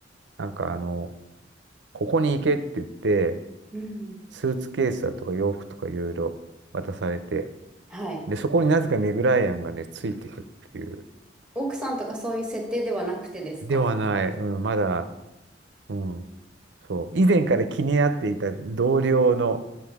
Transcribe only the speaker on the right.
なんかあの、ここに行けって言って、
スーツケースだとか洋服とかいろいろ渡されて、
で、そこになぜかメグライアンがね、ついてくっていう、
ではない、うん、まだ、うん、そう、以前から気になっていた同僚の